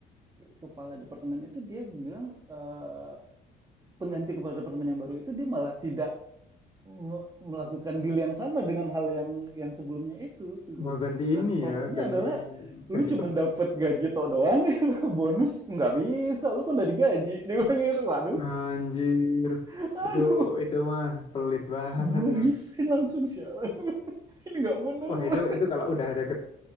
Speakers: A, on the right; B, on the left.
A: kepala departemen itu dia bilang, eee pengganti kepala departemen yang baru itu dia malah tidak me- melakukan deal yang sama dengan hal yang yang sebelumnya itu Vigo
B: Wah ganti
A: dan
B: ini
A: problemnya
B: ya, ganti
A: adalah lu
B: ganti
A: cuma dapat gaji tok doang <laughs> bonus nggak bisa lu kan udah digaji <laughs> dia bilang gitu waduh
B: Anjir,
A: <laughs>
B: itu
A: aduh
B: itu mah pelit banget.
A: gua
B: Nur.
A: resign langsung sialan <laughs> ini nggak bener
B: Wah
A: gua
B: itu itu kalau udah ada ket-